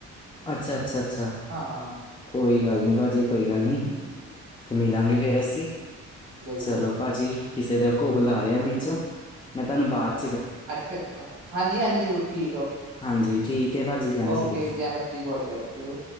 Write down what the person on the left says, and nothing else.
ਅੱਛਾ, ਅੱਛਾ, ਅੱਛਾ।
ਕੋਈ ਗੱਲ ਨੀਂ ਭਾਜੀ। ਕੋਈ ਗੱਲ ਨੀਂ, ਤੇ ਮਿਲਾਂਗੇ ਫਿਰ ਅਸੀਂ,
ਚਲੋ। ਭਾਜੀ, ਕਿਸੇ ਦਾ ਕੋਲ ਆ ਰਿਹਾ ਵਿੱਚੋਂ। ਮੈਂ ਤੁਹਾਨੂੰ ਬਾਦ
ਹਾਂਜੀ ਠੀਕ ਹੈ ਭਾਜੀ ਜੈ ਮਸੀਹ
ਦੀ